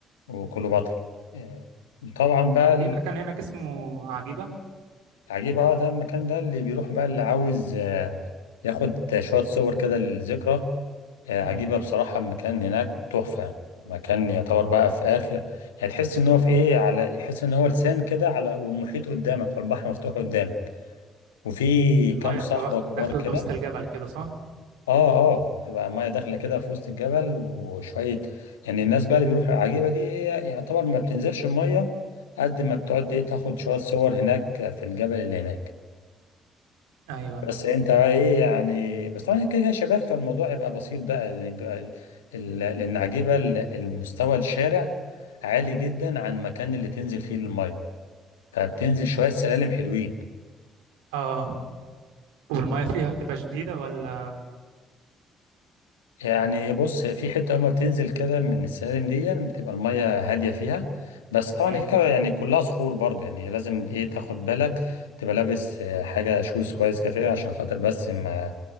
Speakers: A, on the left; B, on the right.
A: وكليوباترا آه، طبعا بقى
B: في مكان هناك اسمه عجيبة
A: العجيب اه ده المكان ده اللي بيروح بقى اللي عاوز آه، ياخد شوية صور كده للذكرى آه، عجيبة
B: امم
A: بصراحة المكان هناك تحفة مكان يعتبر بقى في آخر يعني تحس إن هو في إيه على يحس إن هو لسان كده على والمحيط قدامك والبحر مفتوح قدامك وفي
B: المية
A: كام صخرة
B: بتبقى واخد-
A: كبار
B: داخلة
A: كده
B: وسط الجبل كده صح
A: اه اه تبقى الميه داخله كده
B: امم
A: في وسط الجبل وشويه يعني الناس بقى اللي بيروحوا العجيبه دي هي يعتبر ما بتنزلش الميه قد ما بتقعد ايه تاخد شويه صور هناك في الجبل اللي هناك
B: ايوه أيوة.
A: بس انت بقى ايه يعني بس طبعا كده كده شباب فالموضوع يبقى بسيط بقى يعني يبقى ال... ال... لان عجيبه ال- المستوى الشارع عالي جدا عن المكان اللي تنزل فيه الميه فبتنزل شويه سلالم حلوين
B: اه والمية فيها بتبقى شديدة ولا
A: يعني بص هي في حته اول ما بتنزل كده من السلالم دي يعني بتبقى الميه هاديه فيها بس طبعا
B: مم.
A: هي كده يعني كلها صخور برضه يعني لازم ايه تاخد بالك تبقى لابس آه، حاجه شوز كويس كده فيها عشان خاطر بس ما